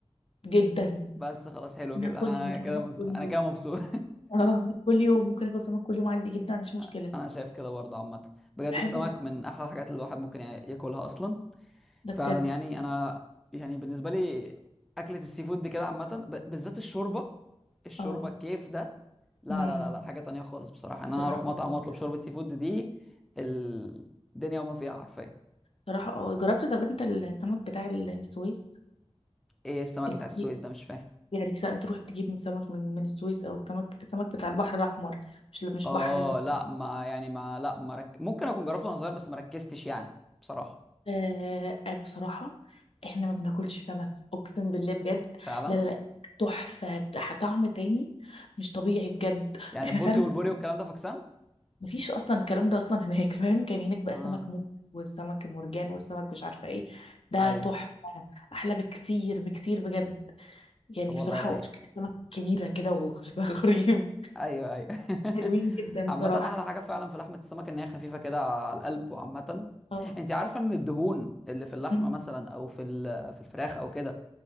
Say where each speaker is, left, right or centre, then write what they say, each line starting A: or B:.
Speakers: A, on the left; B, in the centre.
A: جدا
B: بس خلاص حلو
A: انا
B: كده
A: اكل
B: انا كده
A: سمك
B: مز...
A: كل
B: انا
A: يوم
B: كده مبسوط
A: اه كل يوم ممكن اكل سمك كل يوم عادي جدا ما عنديش مشكلة
B: <laughs> انا شايف كده برضه عامه بجد
A: بحبه
B: السمك
A: جدا
B: من احلى الحاجات اللي الواحد ممكن يا- ياكلها اصلا
A: ده
B: فعلا
A: بجد
B: يعني انا يعني بالنسبه لي اكله السي فود دي كده عامه ب... بالذات الشوربه الشوربه
A: اه
B: الكيف ده لا
A: امم
B: لا لا لا حاجه تانية خالص بصراحه ان
A: بصراحة
B: انا اروح
A: فظيع
B: مطعم واطلب شوربه سي فود دي الدنيا وما فيها حرفيا
A: صراحة اه جربت طب انت السمك بتاع السويس
B: ايه السمك
A: اللي-
B: بتاع السويس ده مش فاهم
A: يعني سمك تروح تجيب من سمك من من السويس او السمك السمك بتاع البحر الاحمر مش مش
B: اه
A: بحر المتوسط
B: لا ما يعني ما لا ما رك... ممكن اكون جربته وانا صغير بس ما ركزتش يعني بصراحه
A: آه آه، بصراحة احنا ما بناكلش سمك اقسم بالله بجد
B: فعلا
A: لا لا لا تحفة طعم تاني مش طبيعي بجد
B: يعني
A: احنا
B: البولتي
A: فعلا
B: والبوري والكلام ده فاكسان
A: مفيش اصلا الكلام ده اصلا هناك <laughs> فاهم كان هناك بقى
B: اه
A: سمك موت والسمك المرجان والسمك مش عارفة ايه ده
B: ايوه
A: تحفة احلى بكتير بكتير بجد يعني
B: طب والله
A: بصراحة
B: رايق
A: هو شكل سمك كبيرة كده وشكلها <laughs> غريب
B: ايوه ايوه <laughs>
A: حلوين جدا
B: عامه
A: بصراحة
B: احلى حاجه فعلا في لحمه السمك ان هي خفيفه كده على القلب وعامه
A: اه
B: انت عارفه ان الدهون اللي في اللحمه
A: مم.
B: مثلا او في ال- في الفراخ او كده